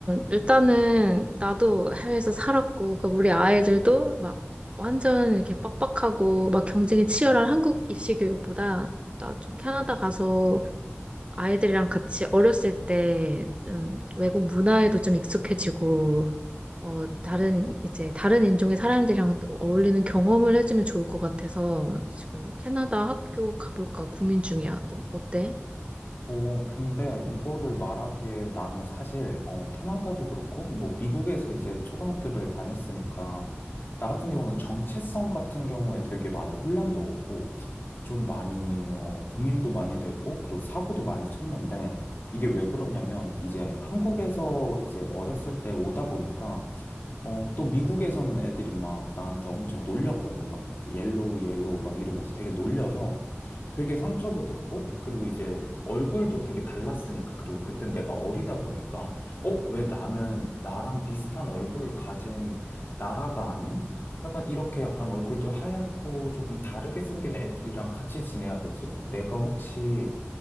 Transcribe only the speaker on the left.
어, 근데 이거를 말하기에 나는 사실 어, 캐나다도 그렇고 뭐 미국에서 이제 초등학교를 다녔으니까 나 같은 경우는 정체성 같은 경우에 되게 많이 혼란도 오고 좀 많이, 어, 고민도 많이 됐고, 그리고 사고도 많이 쳤는데, 이게 왜 그러냐면, 이제 한국에서 이제 어렸을 때 오다 보니까, 어, 또 미국에서는 애들이 막 나한테 엄청 놀렸거든. 막 옐로우, 옐로우 막 이러면서 되게 놀려서 되게 상처도 됐고, 그리고 이제 얼굴도 되게 달랐으니까, 그리고 그땐 내가 어리다 보니까, 어, 왜 나는 나랑 비슷한 얼굴을 가진 나라가 아닌? 약간 이렇게 약간 얼굴도 하얗고 조금 다르게 생긴 애들이랑 같이 지내야 되지? 내가 혹시